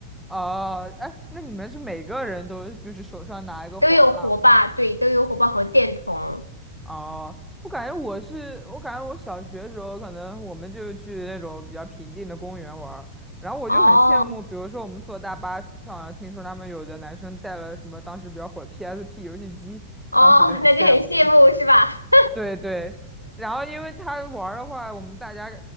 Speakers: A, in the centre; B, on the left (about 85°).
A: 哦，哎，那你们是每个人都就是手上拿一个火把吗？
B: 都有火把，对，都有火把和电筒。
A: 哦，我感觉我是我感觉我小学的时候，可能我们就去那种比较平静的公园玩儿，然后我就很羡慕，
B: 哦
A: 比如说我们坐大巴上啊，听说他们有的男生带了什么当时比较火的 PSP 游戏机，
B: 哦，
A: 当时就很羡慕。
B: 那就很羡慕是吧？
A: 对对，然后因为他玩儿的话，我们大家